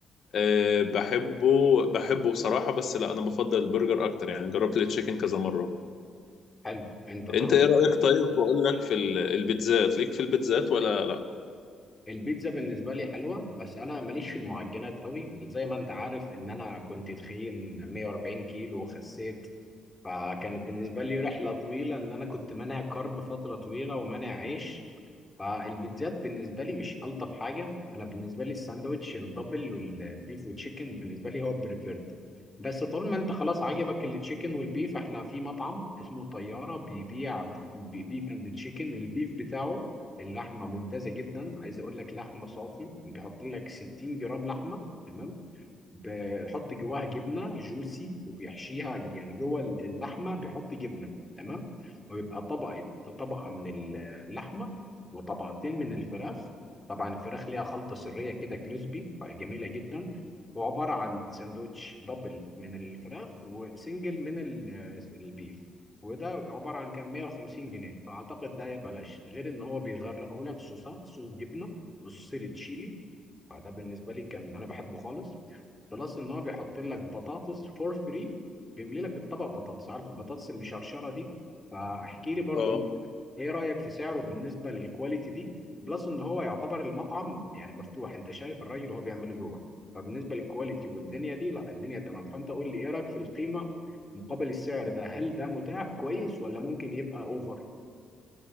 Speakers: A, on the left; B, on the left.
A: أه بحبه بحبه بصراحة بس لا أنا بفضل البرجر أكتر يعني جربت التشيكن كذا مرة
B: حلو انت طول
A: انت ايه رأيك طيب واقول لك في ال- البيتزات ليك في البيتزات ولا لا
B: البيتزا بالنسبة لي حلوة بس أنا ماليش في المعجنات قوي زي ما أنت عارف إن أنا كنت تخين 140 كيلو وخسيت فكانت بالنسبة لي رحلة طويلة إن أنا كنت مانع كارب فترة طويلة ومانع عيش فالبيتزات بالنسبة لي مش ألطف حاجة أنا بالنسبة لي الساندوتش الدبل والبيف والتشيكن بالنسبة لي هو بريفيرد بس طول ما أنت خلاص عجبك التشيكن والبيف إحنا في مطعم اسمه طيارة بيبيع بيف أند تشيكن البيف بتاعه اللحمة ممتازة جدا عايز أقول لك لحمة صافي بيحط لك 60 جرام لحمة تمام بيحط جواها جبنه جوسي وبيحشيها يعني جوه اللحمه بيحط جبنه تمام وبيبقى طبقه طبقه من اللحمه وطبقتين من الفراخ طبعا الفراخ ليها خلطه سريه كده كريسبي فجميله جدا وعباره عن ساندوتش دبل من الفراخ وسنجل من ال- البيف وده عباره عن كام 150 جنيه فاعتقد ده بلاش غير ان هو بيغرقه لك صوصات صوص جبنه وصوص تشيلي فده بالنسبه لي كان انا بحبه خالص بلس ان هو بيحط لك بطاطس فور فري بيملي لك الطبق بطاطس عارف البطاطس المشرشره دي فاحكي لي برضو
A: اه
B: انت ايه رايك في سعره بالنسبه للكواليتي دي بلس ان هو يعتبر المطعم يعني مفتوح انت شايف الراجل وهو بيعمله جوه فبالنسبه للكواليتي والدنيا دي لا الدنيا تمام فانت قول لي ايه رايك في القيمه مقابل السعر ده هل ده متاح كويس ولا ممكن يبقى اوفر